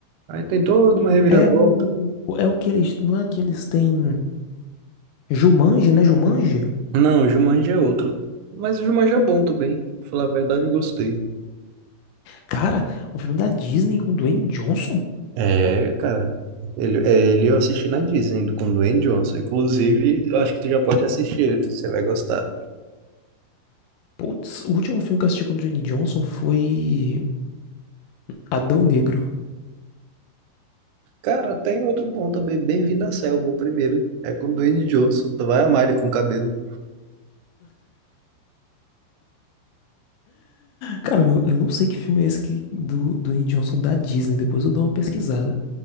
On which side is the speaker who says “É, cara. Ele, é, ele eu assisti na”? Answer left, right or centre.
Right